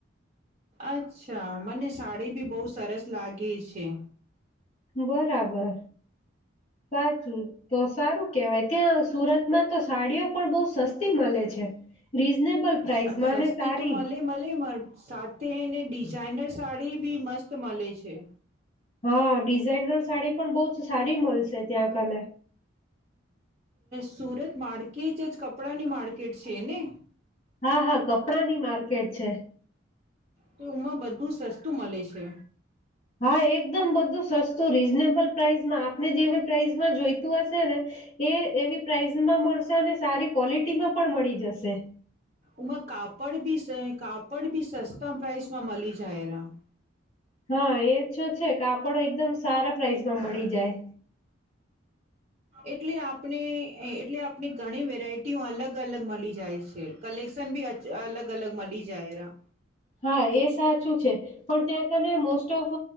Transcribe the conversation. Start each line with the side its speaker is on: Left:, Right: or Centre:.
Right: અચ્છા મને સાડી બી બહુ સરસ લાગે છે
Left: બરાબર સાચું તો સારું કેવાય ત્યાં સુરતમાં તો સાડીઓ પણ બહ સસ્તી મળે છે રીઝનેબલ પ્રાઇસમાં
Right: સસ્તી
Left: અને સારી
Right: તો મળે મળે સાથેને ડિઝાઇનર સાડી એ બી મસ્ત મળલે છે
Left: હા ડિઝાઇનર સાડી પણ બહ જ સારી મળશે છે ત્યાં કને
Right: સુરત માર્કેટ જ કપડાની માર્કેટ છે ને
Left: હા હા કપડાની માર્કેટ છે
Right: તો ઉમાં બધું સસ્તું મળે છે
Left: હા એકદમ બધું સસ્તું રીઝનેબલ પ્રાાઈસમાં આપને જેવી પ્રાઇસમાં જોઈતું હશે ને એ એવી પ્રાઇસમાં મળશે અને સારી ક્વોલિટીમાં પણ મળી જશે
Right: ઉમાં કાપડ બી કાપડ બી સસ્તા પ્રાાઈસમાં મળી જાય એરા
Left: હા એ તોો છે કાપડો એકદમ સારા પ્રાઇસમાં મળી જાય
Right: એટલે આપણે એટલે આપને ઘણી વેરાયટીઓ અલગ અલગ મળી જાય છે કલેક્શન બી અલગ અલગ મળી જાય એરા
Left: હા એ સાચું છે પણ ત્યાં કને મોસ્ટ ઓફ